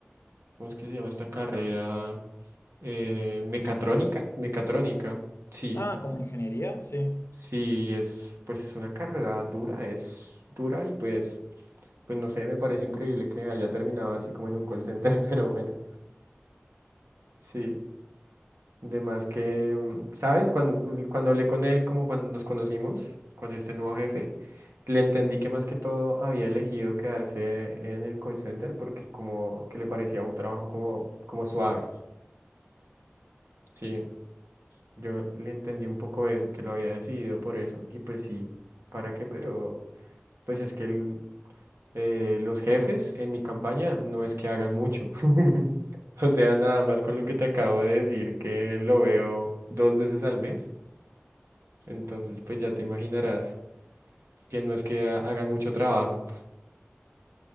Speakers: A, on the right; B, on the left.
A: ¿cómo es que se llama esta carrera? Eh, mecatrónica. Mecatrónica, sí.
B: Ah, como ingeniería, sí.
A: Sí, es, pues es una carrera dura, es dura y pues, pues no sé, me parece increíble que haya terminado así como en un call center, <laughs> pero bueno, sí. De más que, mm, ¿sabes? Cuando, cuando hablé con él, como cuando nos conocimos, con este nuevo jefe, le entendí que más que todo había elegido quedarse en el call center porque como que le parecía un trabajo como, como suave. Sí, yo le entendí un poco eso, que lo había decidido por eso, y pues sí, ¿para qué? Pero pues es que el- eh, los jefes en mi campaña no es que hagan mucho. <laughs> O sea, nada más con lo que te acabo de decir, que lo veo dos veces al mes. Entonces, pues ya te imaginarás que no es que ha- hagan mucho trabajo.